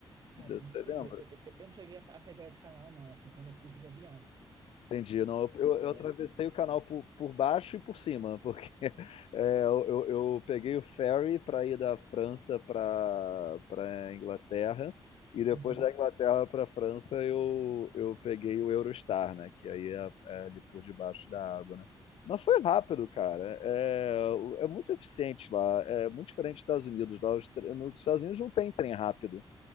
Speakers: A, on the right; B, on the left.
A: Cara,
B: Você,
A: eu
B: você
A: não sei,
B: lembra?
A: eu, eu- eu não cheguei a, a pegar esse canal não, assim, quando eu fui, foi de avião.
B: Entendi. Não, eu,
A: É,
B: eu- eu atravessei o canal por, por baixo e por cima, porque <laughs> é, eu, eu- eu peguei o ferry para ir da França para para Inglaterra e depois
A: uhum.
B: da Inglaterra para França eu, eu peguei o Eurostar, né? Que aí é, é ali por debaixo da água, né? Mas foi rápido, cara. É, o- é muito eficiente lá. É muito diferente dos Estados Unidos. Lá os tre- nos Estados Unidos não tem trem rápido.